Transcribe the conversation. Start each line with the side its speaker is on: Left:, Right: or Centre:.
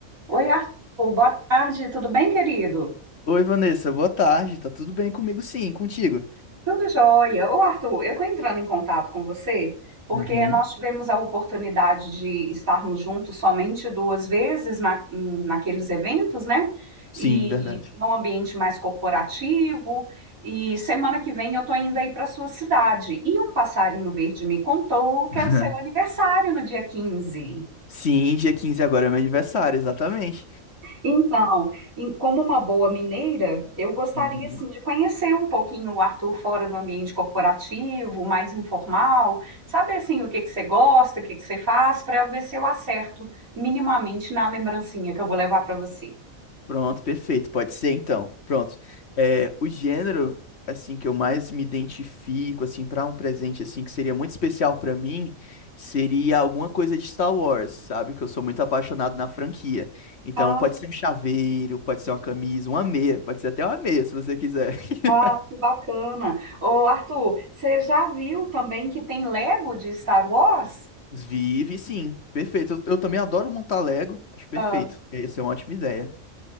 Right: Oi, Arthur. Boa tarde. Tudo bem, querido?
Left: Oi, Vanessa, boa tarde. Tá tudo bem comigo? Sim, contigo.
Right: Tudo jóia. Ô, Arthur, eu estou entrando em contato com você porque
Left: Uhum.
Right: nós tivemos a oportunidade de estarmos juntos somente duas vezes na, naqueles eventos, né?
Left: Sim,
Right: E
Left: verdade.
Right: num ambiente mais corporativo. E semana que vem eu estou indo aí para sua cidade. E um passarinho verde me contou que
Left: <laughs>
Right: é o seu aniversário no dia 15.
Left: Sim, dia 15 agora é meu aniversário, exatamente.
Right: Então, em- como uma boa mineira, eu gostaria
Left: Uhum.
Right: assim de conhecer um pouquinho o Arthur fora do ambiente corporativo, mais informal, saber assim o que que você gosta, o que que você faz, para ver se eu acerto minimamente na lembrancinha que eu vou levar para você.
Left: Pronto, perfeito. Pode ser então. Pronto. É, o gênero assim que eu mais me identifico assim para um presente assim que seria muito especial para mim seria alguma coisa de Star Wars, sabe? Que eu sou muito apaixonado na franquia. Então
Right: Ah,
Left: pode ser um chaveiro, pode ser uma camisa, uma meia, pode ser até uma meia se você quiser. <laughs>
Right: ah, que bacana. Ô, Arthur, você já viu também que tem Lego de Star Wars?
Left: Vive, sim. Perfeito. Eu, eu também adoro montar Lego. Acho perfeito.
Right: Ah,
Left: Essa é uma ótima ideia.